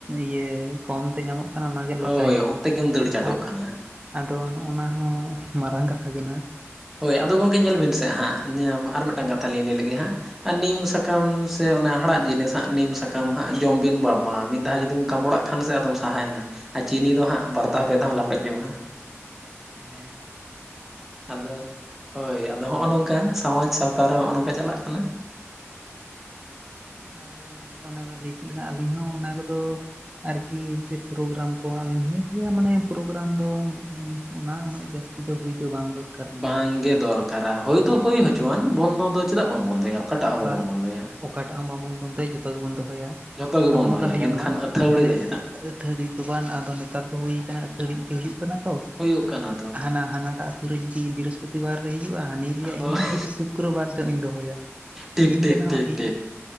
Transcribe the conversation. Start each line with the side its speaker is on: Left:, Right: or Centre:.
Right: ᱤᱭᱟᱹ ᱠᱚᱢᱛᱮ ᱧᱟᱢᱚᱜ ᱠᱟᱱᱟ ᱚᱱᱟᱜᱮ ᱞᱚᱪᱟᱭᱮᱜ
Centre: ᱦᱳᱭ ᱚᱱᱛᱮ ᱜᱮᱢ ᱫᱟᱹᱲ ᱪᱟᱰᱚᱜ
Right: ᱟᱨ
Centre: ᱠᱟᱱᱟ
Right: ᱟᱫᱚ ᱱᱚᱜᱼᱱᱟ ᱦᱚᱸ ᱢᱟᱨᱟᱝ ᱠᱟᱛᱷᱟ ᱠᱟᱱᱟ ᱾
Centre: ᱦᱳᱭ ᱟᱫᱚ ᱜᱚᱝᱠᱮ ᱧᱮᱞ ᱵᱤᱱ ᱥᱮᱜ ᱦᱟᱸᱜ ᱟᱨ ᱢᱤᱫᱴᱟᱝ ᱠᱟᱛᱷᱟ ᱞᱤᱧ ᱞᱟᱹᱭ ᱞᱮᱜᱮ ᱦᱟᱸᱜ ᱾ ᱟᱨ ᱱᱤᱢ ᱥᱟᱠᱟᱢ ᱥᱮ ᱚᱱᱟ ᱦᱟᱲᱟᱜ ᱡᱤᱱᱤᱥ ᱦᱟᱸᱜ ᱱᱤᱢ ᱥᱟᱠᱟᱢ ᱦᱟᱸᱜ ᱡᱚᱢ ᱵᱤᱱ ᱵᱟᱵᱟ ᱢᱤᱫ ᱫᱷᱟᱣ ᱡᱩᱫᱤᱢ ᱠᱟᱢᱵᱲᱟᱜ ᱛᱷᱟᱱ ᱥᱮ ᱟᱫᱚᱢ ᱥᱟᱦᱟᱭᱮᱱᱟ ᱟᱨ ᱪᱤᱱᱤ ᱫᱚ ᱦᱟᱸᱜ ᱵᱟᱨᱫᱷᱟᱣ ᱯᱮ ᱫᱷᱟᱣᱮᱢ ᱞᱟᱯᱮᱫ ᱡᱚᱝᱟ ᱾
Right: ᱦᱮᱸ ᱾
Centre: ᱟᱫᱚ, ᱦᱚᱭ ᱟᱫᱚ ᱦᱚᱸᱜ-ᱱᱚᱝᱠᱟ ᱥᱟᱶᱟᱡᱽ ᱥᱟᱶᱛᱟ ᱨᱮ ᱦᱚᱜᱼᱱᱚᱝᱠᱟ ᱪᱟᱞᱟᱜ ᱠᱟᱱᱟ ᱾
Right: ᱟᱨ ᱚᱱᱮ ᱵᱮᱱ ᱞᱟᱹᱭ ᱠᱮᱫ ᱞᱮᱠᱟ ᱟᱹᱞᱤᱧ ᱦᱚᱸ ᱚᱱᱟ ᱠᱚᱫᱚ ᱾ ᱟᱨᱠᱤ ᱥᱮ ᱯᱨᱚᱜᱨᱟᱢ ᱠᱚ ᱟᱹᱞᱤᱧ ᱦᱚᱞᱤᱧ ᱞᱟᱹᱭ ᱜᱮᱭᱟ ᱢᱟᱱᱮ ᱯᱨᱳᱜᱨᱟᱢ ᱫᱚ ᱢᱟᱱᱮ ᱚᱱᱟ ᱩᱱᱟᱹᱜ ᱡᱟᱹᱥᱼᱼ ᱛᱤ ᱫᱚ ᱦᱩᱭ ᱫᱚ ᱵᱟᱝ ᱫᱚᱨ
Centre: ᱵᱟᱝᱜᱮ ᱫᱚᱨᱠᱟᱨᱟ ᱦᱩᱭ ᱫᱚ ᱦᱩᱭ ᱦᱚᱪᱚᱣᱟᱱ ᱵᱚᱱᱫᱚ ᱫᱚ ᱪᱮᱫᱟᱜ ᱵᱚᱱ ᱵᱚᱱᱫᱚᱭᱟ ᱚᱠᱟᱴᱟᱜ ᱦᱚᱸ
Right: ᱵᱟ
Centre: ᱵᱟᱵᱚᱱ ᱵᱚᱱᱫᱚᱭᱟ ᱾
Right: ᱚᱠᱟᱴᱟᱜ ᱦᱚᱸ ᱵᱟᱵᱚᱱ ᱵᱚᱱᱫᱚᱭᱟ ᱡᱚᱛᱚ ᱜᱮᱵᱚᱱ ᱫᱚᱦᱚᱭᱟ
Centre: ᱡᱷᱚᱛᱚ ᱜᱮ
Right: ᱱᱚᱜᱼᱱᱚᱝᱠᱟ
Centre: ᱵᱚᱱ ᱫᱚᱦᱚᱭᱟ
Right: ᱦᱩᱭᱩᱜ
Centre: ᱢᱮᱱᱠᱷᱟᱱ
Right: ᱢᱟ,
Centre: ᱟᱹᱛᱷᱟᱹᱣᱲᱤ
Right: ᱢᱟᱱᱮ
Centre: ᱫᱚ ᱪᱮᱫᱟᱜ
Right: ᱥᱮ ᱟᱹᱛᱷᱟᱹᱲᱤ ᱫᱚ ᱵᱟᱝ ᱟᱫᱚ ᱱᱮᱛᱟᱨ ᱫᱚ ᱦᱩᱭᱩᱭ ᱠᱟᱱᱟ ᱛᱷᱟᱹᱲᱤ ᱜᱮ ᱦᱩᱭᱩᱜ ᱠᱟᱱᱟ ᱛᱚ
Centre: ᱦᱩᱭᱩᱜ ᱠᱟᱱᱟ
Right: ᱦᱟᱱᱟ
Centre: ᱛᱚ
Right: ᱦᱟᱱᱟ ᱦᱟᱱᱟᱴᱟᱜ ᱯᱩᱨᱟᱹ ᱡᱩᱫᱤ ᱵᱤᱨᱟᱹᱥ ᱯᱚᱛᱤᱵᱟᱨ ᱨᱮ ᱦᱩᱭᱩᱜᱼᱟ, ᱦᱟᱹᱱᱤ ᱞᱟᱹᱭᱟ
Centre: ᱦᱳᱭ
Right: ᱤᱧᱦᱚᱸ ᱡᱩᱫᱤ ᱥᱩᱠᱨᱚ ᱵᱟᱨ ᱦᱤᱞᱚᱜ ᱤᱧ ᱫᱚᱦᱚᱭᱟ
Centre: ᱴᱷᱤᱠ
Right: ᱤᱧ
Centre: ᱴᱷᱤᱠ
Right: ᱴᱦᱮᱱ ᱦᱚᱸ
Centre: ᱴᱷᱤᱠ
Right: ᱤᱧ
Centre: ᱴᱷᱤᱠ